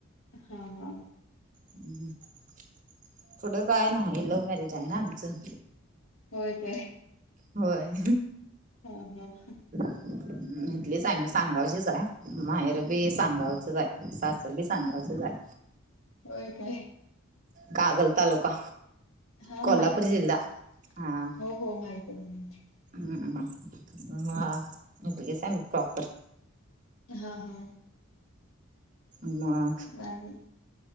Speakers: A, on the left; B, on the right.
A: हा हा.
B: अ थोडं काय नाही लव्ह मॅरेज आहे ना आमचं.
A: होय काय?
B: होय.
A: ह ह
B: इथलीच आहे मी सांगावचीच आहे माहेर बी सांगावचच आहे स असी सांगायचं आहे
A: होय काय
B: कागल तालुका.
A: हा
B: कोल्हापूर
A: माहित आहे
B: जिला
A: की
B: हा.
A: हो हो माहिती.
B: हम् म्ह इथल्याच आहे मी प्रॉपर.
A: हा हा.
B: आम.
A: आणि